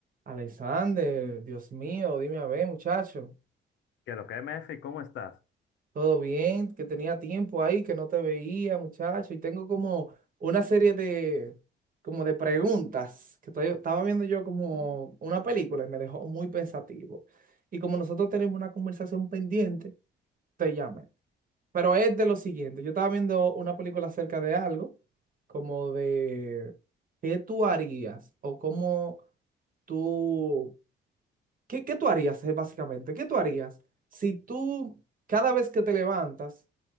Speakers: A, on the right; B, on the left.
A: Alexander, Dios mío, dime a ver, muchacho.
B: Qué lo que MF, ¿cómo estás?
A: ¿Todo bien? Que tenía tiempo ahí, que no te veía, muchacho. Y tengo como una serie de, como de preguntas que estoy- estaba viendo yo como una película y me dejó muy pensativo. Y como nosotros tenemos una conversación pendiente, te llamé. Pero es de lo siguiente, yo estaba viendo una película acerca de algo, como de qué tú harías o cómo tú ¿Qué, qué tú harías, eh, básicamente? ¿Qué tú harías si tú, cada vez que te levantas,